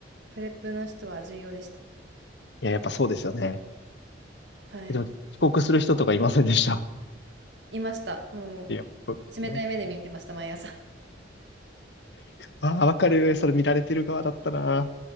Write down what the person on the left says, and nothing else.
いや、やっぱそうですよね。
え、でも遅刻する人とかいませんでした。
いや、そうですよね。
ああ、わかる。それ見られてる側だったな。